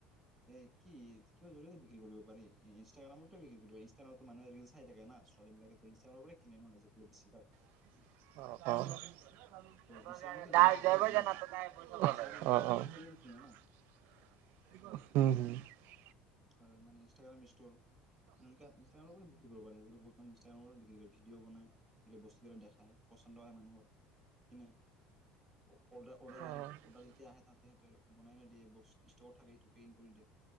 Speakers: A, in the centre; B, on the right.
A: এ কি জৰিয়তে বিক্ৰী কৰিব পি ইনষ্টাগ্ৰামত বিক্ৰী কৰিব ইনাগ্ৰামত মানুহে খাই থাকে ন ছোৱালীবাকেো ইনষ্টাগ্ৰামৰে কিন আনো আজিকালি বছিভাগ।
B: অ-অ,
A: ত ইনষ্টাগ্ৰামতো লিংক থাকে না দিয়া
B: হম,
A: ইনষ্টাগ্ৰামৰ লিংকত ক্লিক কৰিয়েতো কিনে না হয় মানে ইনষ্টাগ্ৰাম ষ্টৰ এ ইনষ্টাগ্ৰৰ পৰা বিক্ৰী কৰিব প আজি বহু মান ইষ্টাগাম বিক্ৰী কৰি ভিডিঅ বনাই। এই বস্তুবিলাক দেখাই পচন্দ হয় মানুহৰ কিনে অ' অৰ্ডাৰ
B: অ',
A: আহে অৰ্ডাৰ যদি আহে তাতে সহতে বনাই নে দিয়েস ষ্ট থাকে সেইটো হেৰি কৰি দিয়ে,